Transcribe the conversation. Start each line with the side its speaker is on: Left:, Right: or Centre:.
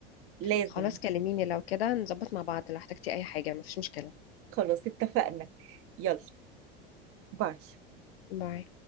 Right: لازم
Left: خلاص كلميني لو كده نظبط مع بعض لو احتجتي اي حاجه مفيش مشكله
Right: خلاص اتفقنا يلا باي
Left: باي